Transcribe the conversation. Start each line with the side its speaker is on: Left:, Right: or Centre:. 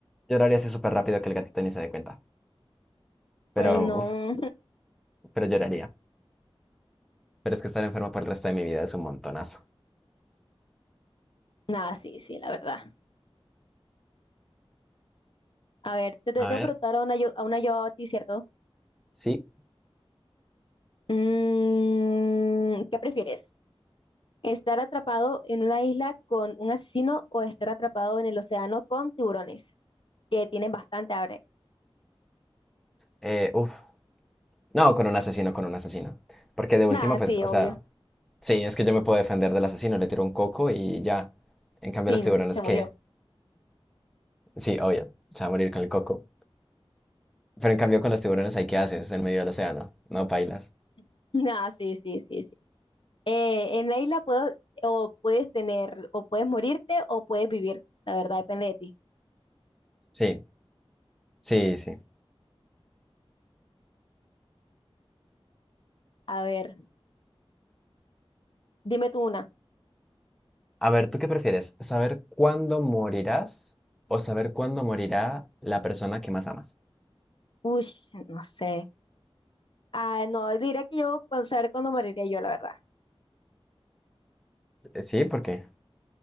Centre: Lloraría así súper rápido que el gatito ni se dé cuenta. Pero,
Left: Ay, no.
Centre: uf, pero lloraría. Pero es que estar enfermo por el resto de mi vida es un montonazo.
Left: Nada, sí, sí, la verdad. A ver, te te-
Centre: A
Left: te
Centre: ver.
Left: voy a preguntar a una yo a, una yo a ti, ¿cierto?
Centre: Sí,
Left: Mm, ¿qué prefieres? ¿Estar atrapado en una isla con un asesino o estar atrapado en el océano con tiburones? Que tienen bastante hambre.
Centre: eh, uf. No, con un asesino, con un asesino. Porque de último,
Left: Nada,
Centre: pues,
Left: sí,
Centre: o
Left: obvio.
Centre: sea, sí, es que yo me puedo defender del asesino, le tiro un coco y ya. En cambio,
Left: Tim,
Centre: los tiburones,
Left: se murió.
Centre: ¿qué? Sí, obvio, se va a morir con el coco. Pero en cambio, con los tiburones, ¿hay qué haces en medio del océano? No pailas.
Left: <laughs> Nada, sí, sí, sí, sí. Eh, en la isla puedo, o puedes tener, o puedes morirte o puedes vivir. La verdad depende de ti.
Centre: Sí, sí, sí.
Left: A ver, dime tú una.
Centre: A ver, ¿tú qué prefieres? ¿Saber cuándo morirás o saber cuándo morirá la persona que más amas?
Left: Uy, no sé. Ah, no, diría que yo, cuando- saber cuándo moriría yo, la verdad.
Centre: Eh, Sí, porque,